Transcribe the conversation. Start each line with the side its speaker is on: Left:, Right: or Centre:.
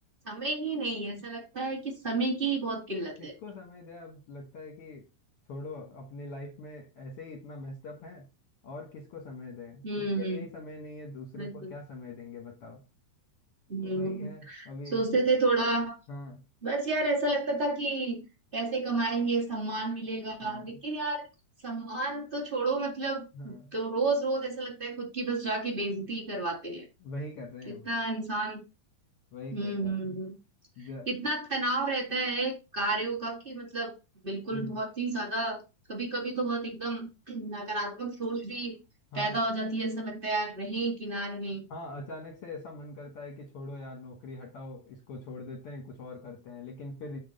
Right: समय ही नहीं है ऐसा लगता है कि समय की ही बहुत किल्लत
Left: किसको
Right: है
Left: समय दे अब लगता है कि छोड़ो अपने लाइफ में ऐसे ही इतना मेस्ड अप है और किसको समय दें
Right: हम्म
Left: खुद के
Right: हम्म,
Left: लिए ही समय नहीं है दूसरे
Right: बिल्कुल
Left: को क्या समय देंगे बताओ
Right: हम्म
Left: तो वही है अभी
Right: सोचते थे थोड़ा
Left: हाँ
Right: बस यार ऐसा लगता था कि पैसे कमाएंगे सम्मान मिलेगा
Left: हाँ
Right: लेकिन यार सम्मान तो छोड़ो मतलब
Left: हाँ
Right: तो रोज रोज ऐसा लगता है खुद की बस जाके बेइज्जती ही करवाते हैं
Left: वही कर रहे
Right: कितना
Left: हैं हम
Right: इंसान हम्म
Left: वही कर रहे
Right: हम्म
Left: हैं
Right: हम्म।
Left: ज
Right: कितना तनाव रहता है कार्यों का कि मतलब बिल्कुल
Left: हम्म
Right: बहुत ही ज्यादा कभी कभी तो बहुत एकदम नकारात्मक सोच भी
Left: हाँ
Right: पैदा हो जाती है ऐसा लगता है यार रहें कि ना रहें
Left: हाँ अचानक से ऐसा मन करता है कि छोड़ो यार नौकरी हटाओ इसको छोड़ देते हैं कुछ और करते हैं लेकिन फिर